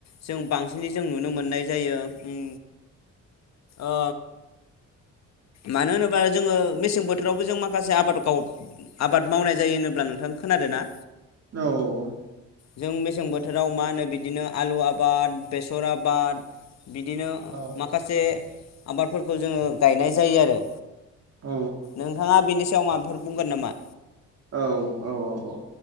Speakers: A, on the left; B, on the right.
A: जों बांसिनै जों नुनो मोननाय जायो ओम ओ मानो होनो बा जोङो मेसें बोथोरावबो जों माखासे आबाद गाव आबाद मावनाय जायो होनोब्ला नोंथां खोनादों ना?
B: औ औ औ
A: जों मेसें बोथोराव मा होनो बिदिनो आलु आबाद बेसर आबाद बिदिनो
B: औ
A: माखासे आबादफोरखौ जोङो गायनाय जायो आरो
B: औ
A: नोंथाङा बेनि सो याव माबाफोर बुंगोन नामा?
B: औ औ औ